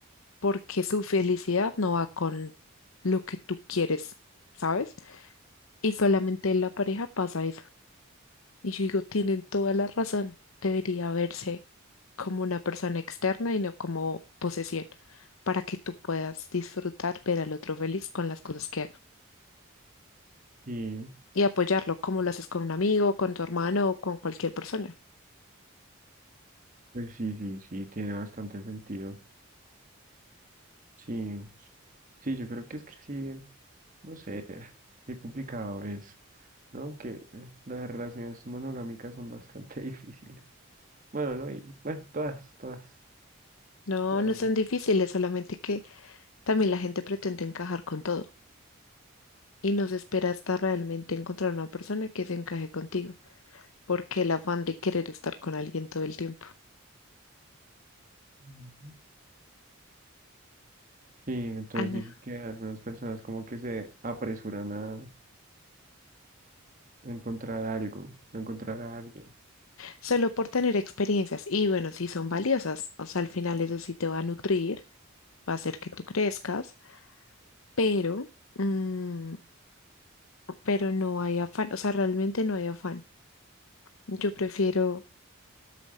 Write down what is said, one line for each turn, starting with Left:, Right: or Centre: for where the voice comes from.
Left: porque su felicidad no va con lo que tú quieres, ¿sabes? Y solamente en la pareja pasa eso. Y yo digo, tienen toda la razón. Debería verse como una persona externa y no como posesión, para que tú puedas disfrutar, ver al otro feliz con las cosas que haga
Right: sí,
Left: y apoyarlo, como lo haces con un amigo, con tu hermano o con cualquier persona.
Right: pues sí, sí, sí, tiene bastante sentido. Sí, sí, yo creo que es que sí, no sé, qué complicado es, ¿no? Que eh, las relaciones monogámicas son bastante <laughs> difíciles. Bueno, no, y bueno, todas, todas,
Left: No,
Right: todas.
Left: no son difíciles, solamente que también la gente pretende encajar con todo y no se espera hasta realmente encontrar una persona que se encaje contigo, porque el afán de querer estar con alguien todo el tiempo.
Right: las- Sí, entonces
Left: Ana.
Right: dices que algunas personas como que se apresuran a a encontrar algo, a encontrar a alguien.
Left: solo por tener experiencias. Y bueno, sí son valiosas, o sea, al final eso sí te va a nutrir, va a hacer que tú crezcas, pero, mm, pero no hay afán, o sea, realmente no hay afán. Yo prefiero